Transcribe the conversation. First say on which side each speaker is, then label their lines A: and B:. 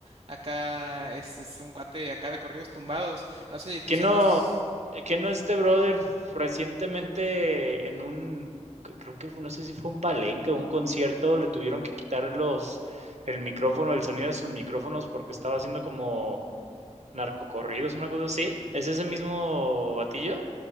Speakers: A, on the right; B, on the right.
A: Acá es, es un cuate acá de corridos tumbados. No sé si tú
B: ¿Qué
A: sepas.
B: no, qué no este brother recientemente en un, que creo que fue- no sé si fue un palenque o un concierto, le tuvieron que quitar los, el micrófono, el sonido de sus micrófonos porque estaba haciendo como narcocorridos, una cosa así? ¿Es ese mismo batillo?